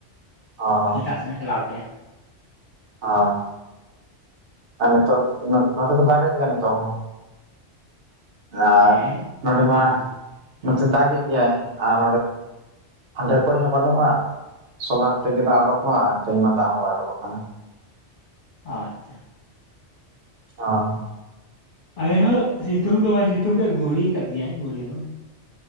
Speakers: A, on the right; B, on the left.
A: ᱚᱻ
B: ᱮᱴᱟᱜ ᱥᱮᱱᱮ ᱴᱷᱮᱞᱟᱣ ᱠᱮᱜᱼᱟ
A: ᱦᱳᱭ ᱟᱨ ᱱᱤᱛᱚᱜ ᱱᱚᱛᱮ ᱫᱚ ᱵᱟᱭ ᱦᱮᱡ ᱟᱠᱟᱱᱟ ᱱᱤᱛᱚᱜ ᱦᱚᱸ ᱟᱨ
B: ᱦᱮᱸ
A: ᱱᱚᱸᱰᱮ
B: ᱱᱚᱛᱮ
A: ᱢᱟ
B: ᱦᱚᱸᱭ
A: ᱱᱚᱛᱮ ᱫᱟᱜᱮᱜ ᱜᱮᱭᱟᱭ ᱟᱨ ᱚᱸᱰᱮ ᱠᱩᱸᱡ ᱦᱚᱸ ᱵᱟᱹᱱᱩᱜᱼᱟ ᱥᱳᱞᱟᱨ ᱛᱮᱜᱮ ᱫᱟᱜ ᱚᱰᱳᱠᱚᱜᱼᱟ ᱛᱮᱦᱮᱧ ᱢᱟ ᱫᱟᱜ ᱦᱚᱸ ᱵᱟᱭ ᱚᱰᱳᱠᱚᱜ ᱠᱟᱱᱟ
B: ᱟᱪᱪᱷᱟ
A: ᱦᱚᱭ
B: ᱟᱞᱮ ᱦᱚ ᱥᱤᱛᱩᱝ ᱫᱚ ᱵᱟᱭ ᱥᱤᱛᱩᱝ ᱮᱟ ᱜᱩᱦᱨᱤ ᱠᱟᱫ ᱜᱮᱭᱟᱭ ᱜᱩᱦᱨᱤ ᱫᱚ